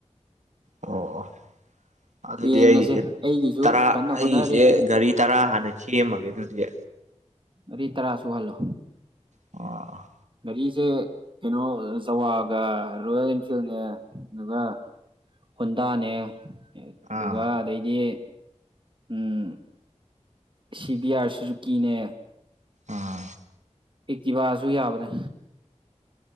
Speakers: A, on the right; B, on the right.
A: ꯑꯣ ꯑꯣ ꯑꯗꯨꯗꯤ
B: ꯌꯦꯡꯉꯁꯦ
A: ꯑꯩꯒꯤꯁꯦ
B: ꯑꯩꯒꯤꯁꯨ
A: ꯇꯔꯥ
B: ꯀꯟꯅ
A: ꯑꯩꯒꯤꯁꯦ
B: ꯍꯣꯠꯅꯔꯤ
A: ꯒꯥꯔꯤ ꯇꯔꯥ ꯍꯥꯟꯅ ꯁꯦꯝꯃꯒꯦ ꯑꯗꯨꯗꯤ
B: ꯑꯗꯩ ꯇꯔꯥ ꯁꯨꯍꯜꯂꯣ
A: ꯑꯣ ꯑꯣ
B: ꯒꯥꯔꯤꯁꯦ ꯀꯩꯅꯣ ꯖꯋꯥꯒ ꯔꯣꯌꯦꯜ ꯏꯟꯐꯤꯜꯅꯦ ꯑꯗꯨꯒ ꯍꯨꯟꯗꯥꯅꯦ ꯑꯗꯨꯒ
A: ꯑꯥ
B: ꯑꯗꯩꯗꯤ ꯎꯝ ꯁꯤꯕꯤꯌꯥꯥꯔ ꯁꯨꯁꯨ ꯀꯤꯅꯦ
A: ꯑꯥ
B: ꯑꯦꯛꯇꯤꯕꯥꯁꯨ ꯌꯥꯕꯅꯦ